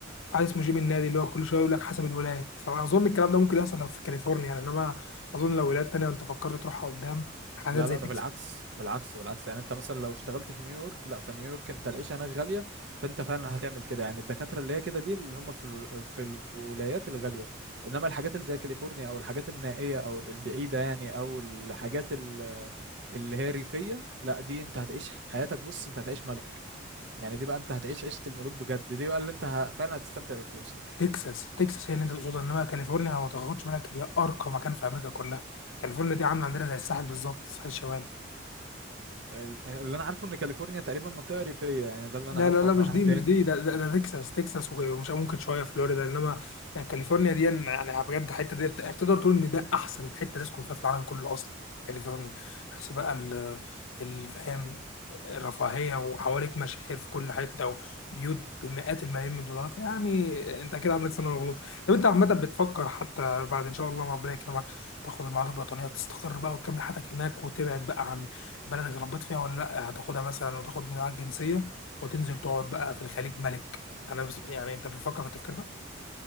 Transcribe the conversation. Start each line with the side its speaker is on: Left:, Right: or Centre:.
Left: عايز اسمه جيم النادي اللي هو كل شويه يقول لك حسب الولايه فاظن الكلام ده ممكن يحصل لو في كاليفورنيا يعني انما اظن لو ولايات تانيه انت فكرت تروحها قدام حاجات
Right: لا
Left: زي
Right: لا
Left: تكساس
Right: ده بالعكس بالعكس بالعكس يعني انت مثلا لو اشتغلت في نيويورك لا في نيويورك انت العيشة هناك غالية فانت فعلا هتعمل كده يعني الدكاترة اللي هي كده دي اللي هم في ال- في الولايات الغالية انما الحاجات اللي زي كاليفورنيا او الحاجات النائية او البعيدة يعني او الحاجات ال- اللي هي ريفية لا دي انت هتعيش حياتك بص انت هتعيش ملك يعني دي بقى انت هتعيش عيشة الملوك بجد دي بقى اللي انت ه... فعلا هتستمتع بفلوسك
Left: تكساس تكساس هي اللي انت تقصدها انما كاليفورنيا لو ما تاخدش بالك هي ارقى مكان في امريكا كلها كاليفورنيا دي عامله عندنا زي الساحل بالظبط الساحل الشمالي
Right: ال- اللي انا عارفه ان كاليفورنيا تقريبا منطقة ريفية يعني ده اللي انا
Left: لا
Right: عارفه
Left: لا لا
Right: على
Left: مش
Right: حد
Left: دي مش
Right: علمي
Left: دي ده, ده, ده تكساس تكساس وغ- ومش ممكن شويه فلوريدا انما يعني كاليفورنيا دي يعني بجد الحته دي تقدر تقول ان ده احسن حته تسكن فيها في العالم كله اصلا كاليفورنيا بس بقى ال- الفهم الرفاهيه وحواليك مشاهير في كل حته وبيوت بمئات الملايين من الدولارات يعني انت اكيد عندك سنه غلط طب انت عامه بتفكر حتى بعد ان شاء الله ما ربنا يكرمك تاخد المعادله البريطانيه تستقر بقى وتكمل حياتك هناك وتبعد بقى عن بلدك اللي ربيت فيها ولا لا هتاخدها مثلا وتاخد معاك جنسيه وتنزل تقعد بقى في الخليج ملك انا بس يعني انت بتفكر في التفكير ده